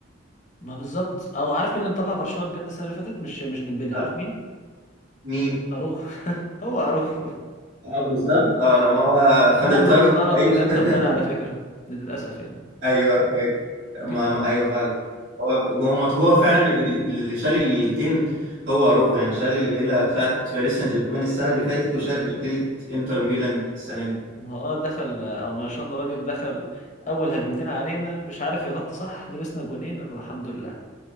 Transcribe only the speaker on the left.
ما بالظبط او عارف مين اللي مطلع برشلونة بجد السنة اللي فاتت مش مش ديمبلي
عارف مين
اروخو <laughs> هو اروخو
هو
اللي مطلعنا ضد
الانتر تاني على فكرة
للاسف يعني
دي في
آخر-
ما هو اه دخل او ما شاء الله الراجل دخل اول هجمتين علينا مش عارف يغطي صح لبسنا جونين الحمد لله